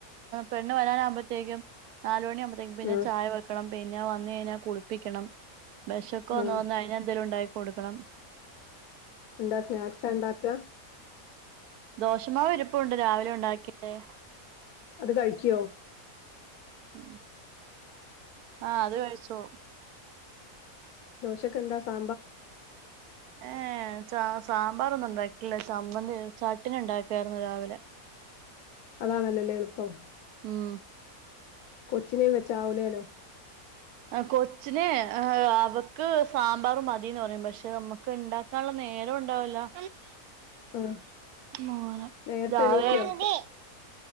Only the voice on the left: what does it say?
ആഹ്
ആഹ്
എന്താ സ്നാക്സ് ണ്ടാക്ക
അത് കഴിക്കോ
ദോശക്ക എന്ത സാ
അതാണല്ലോല്ലേ എളുപ്പം
കൊച്ചിനേ വെച്ചാവൂലേലോ
ആഹ്
നേരത്തെ
എണീക്കോ